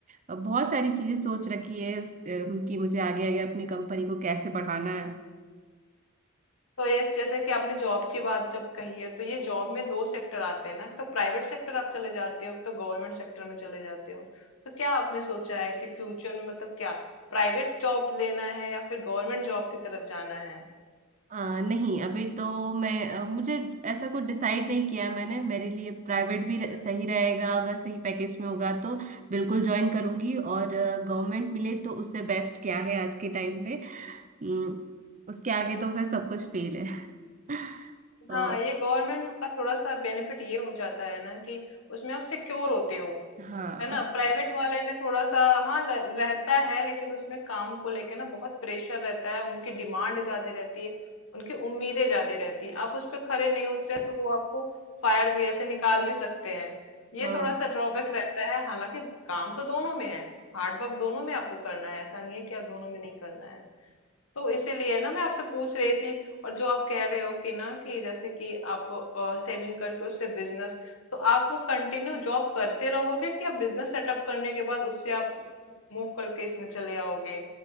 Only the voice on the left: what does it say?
हाँ
तो ये जैसे कि आपने जॉब की बात जब कही है तो ये जॉब में दो सेक्टर आते हैं ना एक तो प्राइवेट सेक्टर आप चले जाते हो एक तो गवर्नमेंट सेक्टर में चले जाते हो तो क्या आपने सोचा है कि फ्यूचर में मतलब क्या प्राइवेट जॉब लेना है या फिर गवर्नमेंट जॉब की तरफ जाना है
हम्म
हाँ ये गवर्नमेंट का थोड़ा सा बेनिफिट ये हो जाता है ना कि उसमें आप सिक्योर होते हो
है ना
प्राइवेट वाले में थोड़ा सा हाँ ल- रहता है लेकिन उसमें काम को लेके ना बहुत प्रेशर रहता है उनकी डिमांड ज्यादा रहती है उनकी उम्मीदें ज्यादा रहती है आप उस पर खरे नहीं उतरे तो वो आपको फायर भी ऐसे निकाल भी सकते हैं ये
थोड़ा सा ड्रॉबैक रहता है हालांकि काम तो दोनों में है हार्डवर्क दोनों में आपको करना है ऐसा नहीं है कि आप दोनों में नहीं करना है तो इसीलिए ना मैं आपसे पूछ रही थी और जो आप कह रहे हो कि ना कि जैसे कि आप सेविंग करके उससे बिजनेस तो आप वो कंटिन्यू जॉब करते रहोगे कि आप बिजनेस सेटअप करने के बाद उससे आप मूव करके इसमें चले आओगे